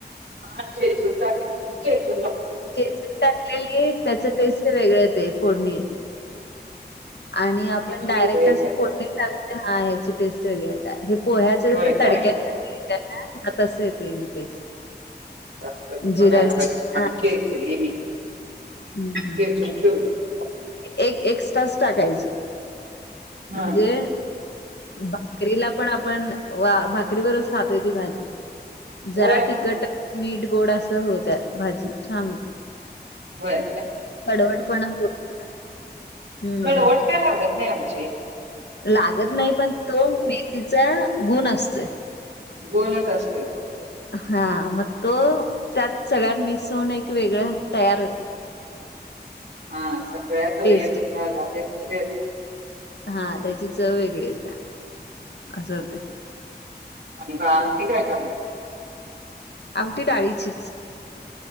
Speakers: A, on the right (about 90°); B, on the left (about 75°).
A: हा च च च
B: केच टाकलेली त्याच टेस्ट वेगळ येत फोडणीत. आणि आपण
A: त्याची
B: डायरेक्ट
A: वेगळी
B: अस
A: द्या
B: फोडणी टाकतो हा ह्याची टेस्ट वगर. पोह्याचे
A: होय
B: ज तडक्यासारखेेत
A: काय
B: तस येते ही टेस्ट
A: सा
B: जिरानी
A: बघायला
B: हा
A: खच मी
B: हम्म
A: ते छ छ बला
B: एक एक्स्ट्राच टाकायची
A: हा
B: म्हणजे भाकरीला पण आपण वा भाकरीवरच खातोय ती भाजी
A: होय
B: जरा तिखट मीठ गोड असं होत्या भाजी छान होत्या
A: होय
B: कडवटपणा थोडासा हं.
A: कळवटक्या लागत नाही आमची
B: लागत नाही पण तो मेथीचा गुण असतोय
A: गोलाात अस येतो
B: हा मग तो त्यात सगळ्यात मिक्स होऊन एक वेगळं तयार होते ते
A: हा सकाळी आता
B: टेस्ट.
A: येते
B: हा त्याची चव वेगळी हो त्या्या असं
A: हा.
B: होत
A: आणि क काय कर
B: आमटी डाळीचीच